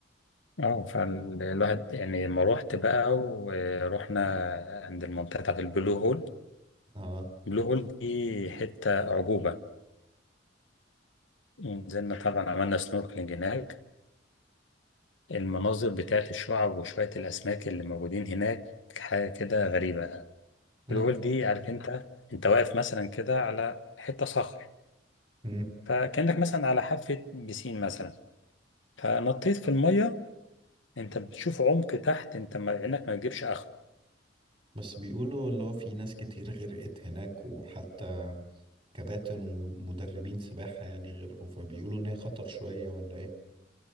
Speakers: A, on the left (about 80°); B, on the right (about 30°).
A: اه فالواحد يعني لما روحت بقى ورحنا عند المنطقة بتاعت البلو هول
B: اه
A: بلو هول دي حتة أعجوبة نزلنا طبعا عملنا سنوركلينج هناك المناظر بتاعت الشعب وشوية الأسماك اللي موجودين هناك حاجة كده غريبة
B: لا
A: بلو هول دي عارف أنت أنت واقف مثلا كده على حتة صخر
B: مم.
A: فكأنك مثلا على حافة بسين مثلا فنطيت في المية أنت بتشوف عمق تحت أنت ما إنك ما بتجيبش آخره
B: بس بيقولوا اللي هو في ناس كتير غرقت هناك وحتى كباتن ومدربين سباحة يعني غرقوا فبيقولوا إن هي خطر شوية ولا إيه